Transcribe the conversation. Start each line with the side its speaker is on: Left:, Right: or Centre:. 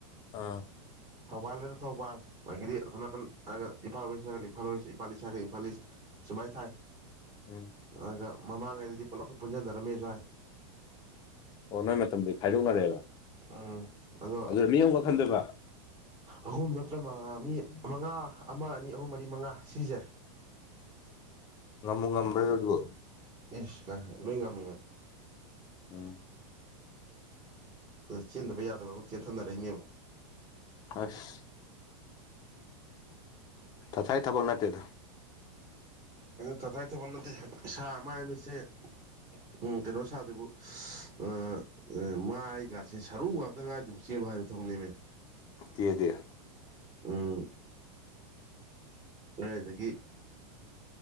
Left: ꯑꯥ
Right: ꯊꯧꯕꯥꯜꯗꯅ ꯊꯧꯕꯥꯜ ꯃꯗꯤ ꯁꯅꯥ ꯀꯥꯟ ꯑꯒꯦ ꯏꯐꯥꯜꯁꯤ ꯁꯒꯦ ꯏꯐꯜꯁꯤ ꯏꯐ ꯁꯒꯦ ꯏꯐꯜꯁ ꯁꯃꯥꯏ ꯊꯥꯏ
Left: ꯎꯝ
Right: ꯑꯗꯨꯒ ꯃꯃꯥꯡꯈꯩꯗꯗꯤ ꯄꯨꯂꯞ ꯄꯨꯟꯁꯤꯟꯅꯔꯝꯃꯦꯁꯨ ꯍꯥꯏꯏ
Left: ꯑꯣ ꯅꯣꯏ ꯃꯇꯝꯗꯤ ꯈꯥꯏꯗꯣꯛꯅꯔꯦꯕ
Right: ꯎꯝ ꯑꯗꯣ
Left: ꯑꯗꯨꯗ ꯃꯤ ꯌꯧꯉ ꯈꯟꯗꯕ
Right: ꯑꯍꯨꯝ ꯅꯠꯇ꯭ꯔ ꯃꯤ ꯃꯉꯥ ꯑꯃ ꯑꯅꯤ ꯑꯍꯨꯝ ꯃꯔꯤ ꯃꯉꯥ ꯁꯤꯁꯦ
Left: ꯉꯃ ꯉꯝꯕ꯭ꯔꯦ ꯑꯣꯏꯕꯣ
Right: ꯑꯦꯁ ꯂꯣꯏ ꯉꯝꯃꯤ
Left: ꯎꯝ
Right: ꯑ ꯆꯦꯟꯗꯕ ꯌꯥꯗꯕ ꯑꯃꯨ ꯆꯦꯟꯊꯅꯔꯛꯏꯅꯦꯕ
Left: ꯈꯁ ꯇꯁꯥꯒꯤ ꯊꯕꯛ ꯅꯠꯇꯦꯗ
Right: ꯇꯊꯥꯏ ꯏ ꯃꯅꯗꯤ ꯁꯃ ꯃꯤꯁꯦ ꯎꯝ ꯀꯩꯅꯣ ꯁꯥꯇ꯭ꯕꯨ ꯑ ꯑꯦ ꯃꯥꯥꯏꯒꯥꯁꯦ ꯁꯔꯨ ꯉꯥꯛꯇ ꯉꯥꯏꯗꯨꯕꯨ ꯆꯦꯕ ꯍꯥꯏꯔꯣ ꯊꯧꯅꯤꯡꯃꯦ
Left: ꯌꯦꯗꯤ
Right: ꯎꯝ ꯉꯔꯗꯒꯤ